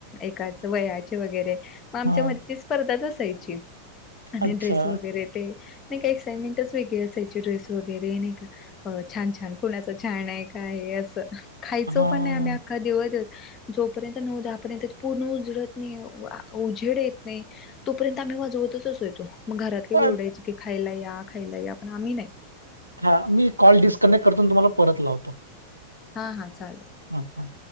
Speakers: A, on the left; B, on the right.
A: एकाच वयाचे वगैरे. मग आमच्या
B: हां,
A: म स्पर्धाच असायची आणि
B: अच्छा.
A: ड्रेस वगैरे ते. नाही का एक्साइटमेंटच वेगळी असायची ड्रेस वगैरे नाही का. अ छान छान कुणाच छान आहे का आहे असं खायचं
B: हां.
A: पण नाही आम्ही अख्खा देव देव. जोपर्यंत नऊ दपर्यंत पूर्ण उजडत नाही उझेड येत नाही तोपर्यंत आ. ्ही वाजवतच असोयतो मग घरात काही
B: अ-
A: रडायची की खायला या खायला या पण आम्ही नाही.
B: हा मी कॉल डिस्कनेक्ट करतून तुम्हाला परत लावतो.
A: हा हा. चालेल
B: हम्छा.